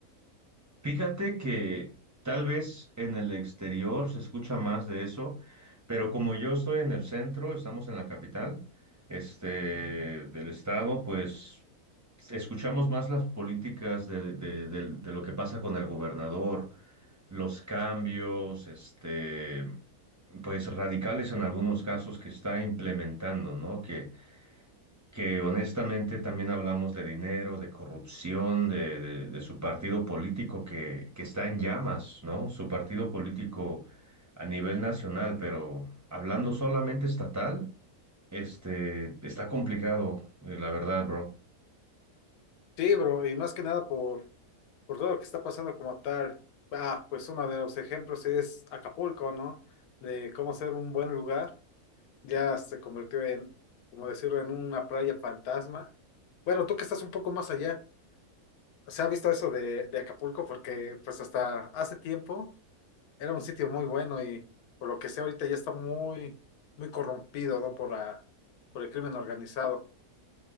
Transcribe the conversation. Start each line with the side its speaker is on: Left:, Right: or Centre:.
Right: Fíjate que tal vez en el exterior se escucha más de eso, pero como yo estoy en el centro, estamos en la capital, este, del estado, pues escuchamos más las políticas de, de, de de lo que pasa con el gobernador los cambios, este, pues radicales en algunos casos que está implementando, ¿no? Que, que honestamente también hablamos de dinero, de corrupción, de, de- de su partido político que, que está en llamas, ¿no? Su partido político a nivel nacional, pero hablando solamente estatal, este, está complicado, eh, la verdad, bro.
Left: Sí, bro, y más que nada por, por todo lo que está pasando como tal. Ah, pues uno de los ejemplos es Acapulco, ¿no? De cómo ser un buen lugar. Ya se convirtió en, como decirlo, en una playa fantasma. Bueno, tú que estás un poco más allá, ¿se ha visto eso de, de Acapulco? Porque pues hasta hace tiempo era un sitio muy bueno y por lo que sé ahorita ya está muy, muy corrompido, ¿no? Por la, por el crimen organizado.